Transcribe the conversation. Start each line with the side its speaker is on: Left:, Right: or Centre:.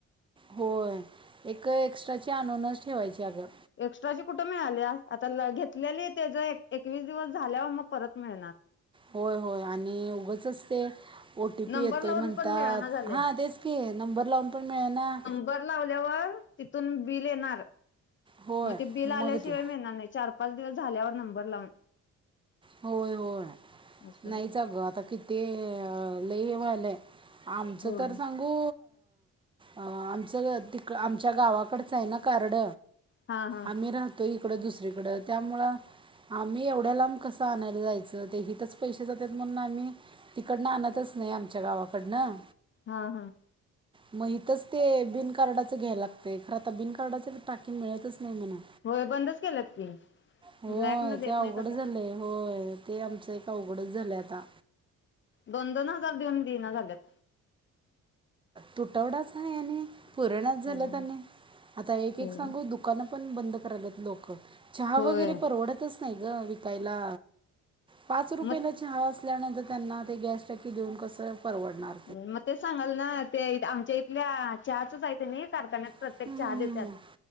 Right: होयं एक एक्स्ट्रांची आणूंन चं ठेवांयची अ गं.
Left: एक्स्ट्रांची कुठं मिळाल्यां आंता घेतलेली त्यां जे एकवीस दिवसं झाल्यांवर मंग परंत मिळणारं.
Right: होयं होयं आणि उगंचच ते ओ टी
Left: नंबर
Right: पी येतोय
Left: लावून
Right: म्हणतांत
Left: पण मिळना झालंय
Right: हां तेचं की नंबर लावूंन पणं मिळे नां
Left: नंबर लावल्यांवर तिथूंन बिलं येणारं
Right: होय
Left: मगं ते बिलं आल्यांशिवाय
Right: मग ते
Left: मिळणारं नाहीं. चार पांच दिवसं झाल्यावर नंबर लावूंन.
Right: होयं होयं
Left: असं
Right: नाहींच आं गं आंता किती लव्हांलंय. आमचं
Left: होय
Right: तरं सांगू आमचं तिक आमच्यां गावांकडचं आहे नां कार्ड
Left: हा हा
Right: आम्हीं राहतो इकडं दुसरीकडं त्यामुळं आम्हीं एवढ्यां लांब कसं आणांयला जायचं ते हिताचं पैसे जातांत म्हणूंन आम्हीं तिकडनं आणतं चं नाहीं आमच्यां गावांकडनं.
Left: हां हां.
Right: मं हितचं ते बिन कार्डाचं घ्यायंला लागतं खरं आंता बिन कार्डाच टाकी मिळतंच नाहीं म्हणां.
Left: होयं बंदचं केलंत की.
Right: होयं
Left: ब्लॅक न देत
Right: ते अवघंड
Left: नाहीत आता
Right: झालंय होयं ते आमचं एक अवघंडचं झालंय आंता.
Left: दोन दोन हजांर देऊंन देनां झाल्यांत.
Right: तुटवडा चं आहे आणि पुरनांच झाल्यांत
Left: होय
Right: आणि आंता एक
Left: होय
Right: एक सांगू दु- दुकानं पणं बंद करल्यांत लोकं चहा
Left: होय
Right: वगैरें परवडतंच- नाहीं गं विकायंला पांच रूपयन
Left: मग
Right: - चहा असल्यानंतर त्यांना ते गॅस टाकी देऊंन त्यांना कसं परवडणारं.
Left: मग ते सांगाल नां ते आमच्यां इथल्यां चहाच चं आहे तेनी कारखान्यांत- प्रत्येक
Right: हम्म,
Left: चहा
Right: हम्म,
Left: देतांत
Right: हम्म.